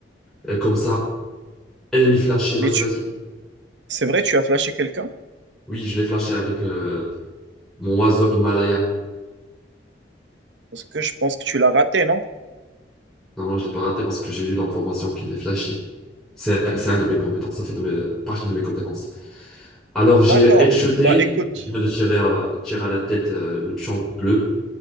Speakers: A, in the centre; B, on the right.
A: Et comme ça, ennemi flashé, vas-y,
B: Mais tu,
A: vas-y.
B: c'est vrai, tu as flashé quelqu'un?
A: Oui, je l'ai flashé avec euh, mon oiseau Himalaya.
B: Parce que je pense que tu l'as raté, non?
A: Non, non, je l'ai pas raté parce que j'ai eu l'information qu'il est flashé. C'est c'est un de mes compétences, ça fait de mes- partie de mes compétences. Alors,
B: D'accord.
A: j'ai headshoté,
B: Bah écoute,
A: je viens de tirer, euh, tirer à la tête euh, le pion bleu,